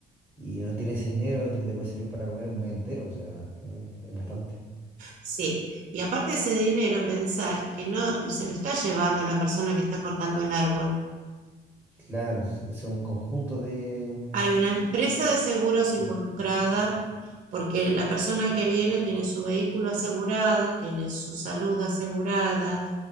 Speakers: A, in the centre; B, on the right.
A: y no tienes ese dinero que te puede servir para comer un mes entero, o sea, eh, es bastante.
B: Sí, y aparte ese dinero, pensá que no se lo está llevando la persona que está cortando el árbol.
A: Claro, es, es un conjunto de...
B: Hay una empresa de seguros involucrada
A: Sí,
B: porque la persona que viene tiene su vehículo asegurado, tiene su salud asegurada,